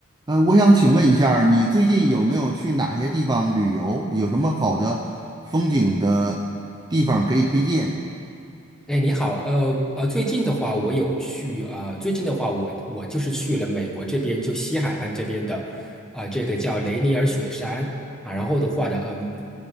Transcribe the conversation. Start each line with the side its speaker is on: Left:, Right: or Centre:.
Right: 呃，我想请问一下儿你最近有没有去哪些地方旅游？有什么好的风景的地方可以推荐？
Centre: 哎，你好，呃呃，最近的话，我有去，呃，最近的话我，我就是去了美国这边，就西海岸这边的，啊、这个叫雷尼尔雪山啊，然后的话呢，嗯，